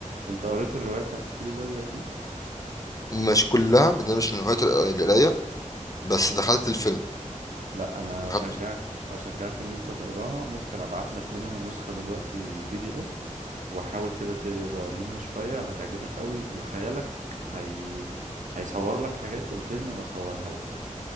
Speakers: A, on the right (about 70°); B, on the left (about 25°).
A: انت قريت الرواية بتاعت الفيل الأزرق دي؟
B: مش كلها لأن أنا مش من هواية القراية بس دخلت الفيلم
A: لا انا
B: دخلت
A: اشجعك اشجعك ان انت تقراها ممكن ابعت لك منها نسخة دلوقتي بي دي اف وحاول كده تقرا منها شوية هتعجبك قوي وخيالك هي هيصور لك حاجات الفيلم ما صورها لكش